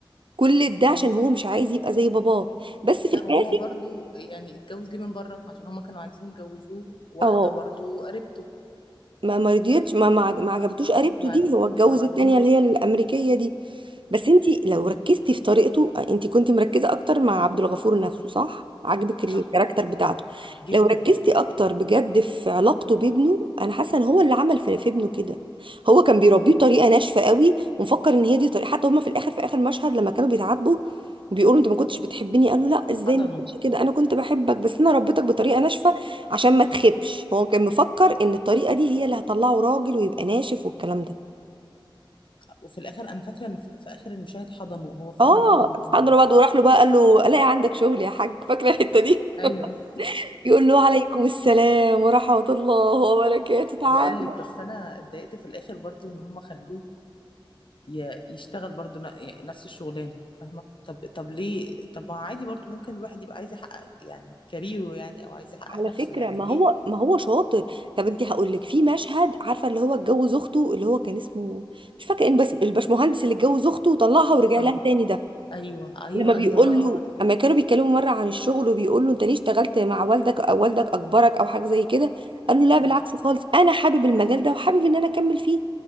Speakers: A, on the right (about 70°); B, on the left (about 65°).
A: كل ده عشان
B: ايوه
A: هو مش عايز يبقى زي باباه بس في
B: لا
A: الآخر
B: وهو برضو يعني اتجوز ليه من بره عشان هما كانوا عايزين يجوزوه واحدة
A: اه
B: برضو قريبته
A: ما ما رضيتش ما ما عج- ما عجبتوش قريبته
B: اه ما
A: دي
B: عجب...
A: هو اتجوز
B: ما عجبهوش
A: التانية اللي هي الأمريكية دي بس انتي لو ركزتي في طريقته انتي كنتي مركزة اكتر مع عبد الغفور نفسه صح عاجبك الكاركتر
B: صح
A: بتاعته
B: جدا
A: لو ركزتي اكتر بجد في علاقته بابنه انا حاسة ان هو اللي عمل في, في ابنه كده هو كان بيربيه بطريقة ناشفة قوي ومفكر ان هي دي طريقة حتى هما في الاخر في اخر مشهد لما كانوا بيتعاتبوا بيقولوا انت ما كنتش بتحبني قالوا لا ازاي
B: حضنه
A: ما كنتش كده انا كنت بحبك بس انا ربيتك بطريقة ناشفة عشان ما تخبش هو كان مفكر ان الطريقه دي هي اللي هتطلعه راجل ويبقى ناشف والكلام ده
B: وفي الاخر انا فاكره ان في في اخر المشاهد حضنه وهو فعلا
A: اه
B: عمره ما حضنه
A: حضر بعد وراح له بقى قال له الاقي عندك شغل يا حاج فاكره الحته دي
B: ايوه
A: <laughs> يقول له عليكم السلام ورحمه الله وبركاته
B: <laughs>
A: تعالى
B: بقول لك بس انا اتضايقت في الاخر برضو ان هم خلوه ي- يشتغل برضو ن- يعني نفس الشغلانه فاهمه طب طب ليه طب ما عادي برضو ممكن الواحد يبقى عايز يحقق يعني كاريره يعني او عايز يحقق
A: على
B: نفسه
A: فكره
B: يعني
A: ما
B: ليه
A: هو ما هو شاطر طب انت هقول لك في مشهد عارفه اللي هو اتجوز اخته اللي هو كان اسمه مش فاكره ان بس الباشمهندس اللي اتجوز اخته وطلقها ورجع
B: اه
A: لها تاني ده
B: ايوه ايوه
A: لما بيقول
B: ايوه اه
A: له
B: عارفه
A: اما كانوا بيتكلموا مره عن الشغل وبيقول له انت ليه اشتغلت مع والدك او والدك اجبرك او حاجه زي كده قال له لا
B: اه
A: بالعكس خالص انا حابب المجال ده وحابب ان انا اكمل فيه